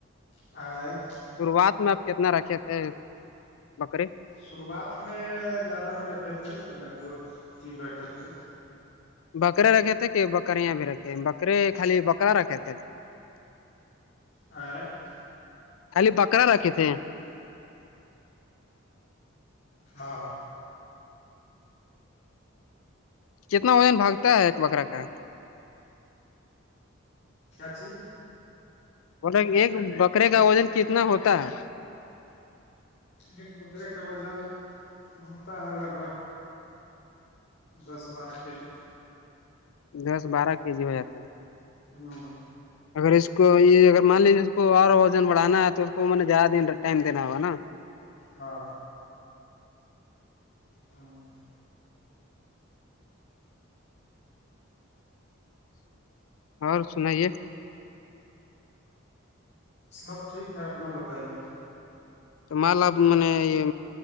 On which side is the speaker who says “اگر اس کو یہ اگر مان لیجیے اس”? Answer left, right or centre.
Left